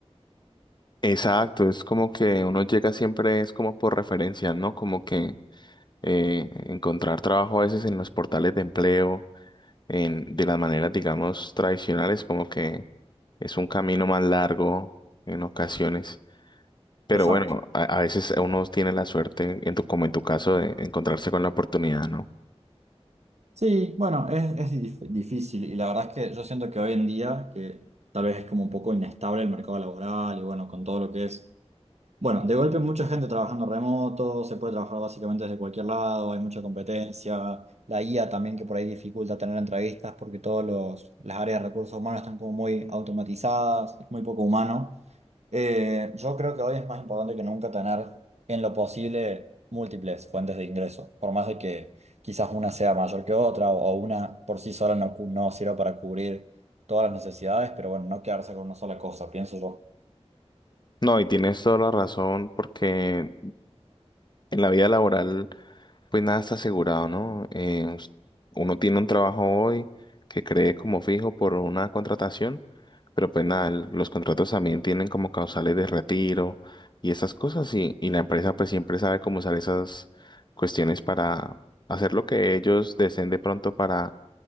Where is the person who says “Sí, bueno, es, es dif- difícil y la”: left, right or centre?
Right